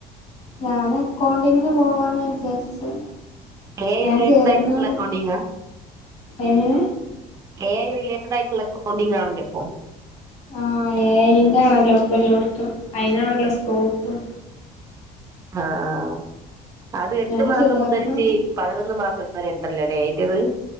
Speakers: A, on the left (about 45°); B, on the right (about 20°).
A: ഞാന് അക്കൗണ്ടിങ്ങിന് പോവാന്നാ വിചാരിച്ചെ
B: എ ഐ
A: ഞാൻ
B: റിലേറ്റഡ്
A: ചേർന്നാണ്
B: ആയിട്ടുള്ള അക്കൗണ്ടിംങ്ങ്
A: എങ്ങനെ
B: എ ഐ റിലേറ്റഡ് ആയിട്ടുള്ള അക്കൗണ്ടിംഗ് ആണല്ലോ ഇപ്പോ
A: ആഹ് എ അയ് യിന്റെ ആണല്ലോപ്പല്ലോടത്തും അയിനാണല്ലോ സ്കോപ്പും
B: ആഹ് ആഹ്‌ അഹ് അത് എട്ട്
A: ഞാൻ
B: മാസം
A: ചേർന്ന്
B: മുതൽച്ച് പതിനൊന്ന് മാസം വരെ ഇണ്ടല്ലോല്ലേ ഏയ്ന്റേത്